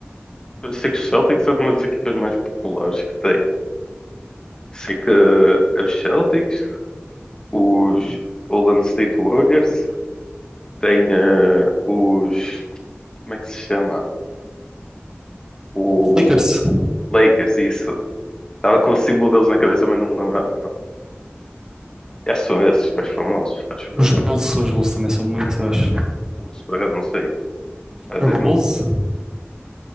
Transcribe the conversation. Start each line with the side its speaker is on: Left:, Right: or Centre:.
Left: eu sei que os Celtics são uma das equipas mais populares que tem. Sei que eh, os Celtics, os Golden State Warriors, tem eh, os. Como é que se chama? O
Right: Os Lakers,
Left: Lakers, isso. Estava com o símbolo deles na cabeça, mas não me lembrava. Não. Acho que são esses mais famosos, acho
Right: os
Left: eu.
Right: Bulls, os Bulls também são muitos, eu acho.
Left: Os por acaso não sei.
Right: Chicago
Left: A Disney
Right: Bulls?
Left: não me